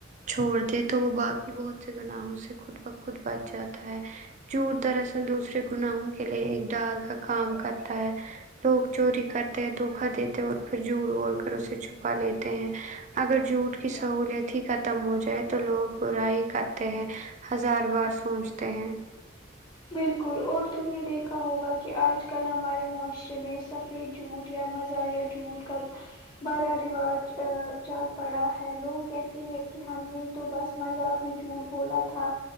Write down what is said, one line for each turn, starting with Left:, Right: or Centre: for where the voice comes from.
Right: چھوڑ دے تو وہ باقی بہت سے گناہوں سے خود بخود بچ جاتا ہے جوٹ دراصل دوسرے گناہوں کے لیے ایک ڈال کا کام کرتا ہے لوگ چوری کرتے ہیں دھوکا دیتے اور پھر جھوڑ بول کر اسے چھپا لیتے ہیں اگر جھوٹ کی سہولت ہی ختم ہو جائے تو لوگ برائی کرتے ہیں ہزار بار سوچتے ہیں
Left: بالکل اور تم نے دیکھا ہوگا کہ آج کل ہمارے معاشرے میں سب پے جووٹ یا مزہ یا جوت کا بڑا رواج چل پڑا ہے لوگ کہتے ہیں کہ ہم نے تو بس مذاق میں جھوٹ بولا تھا